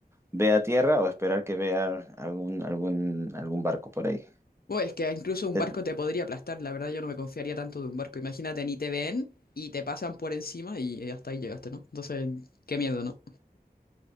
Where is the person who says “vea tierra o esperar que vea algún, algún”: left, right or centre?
Right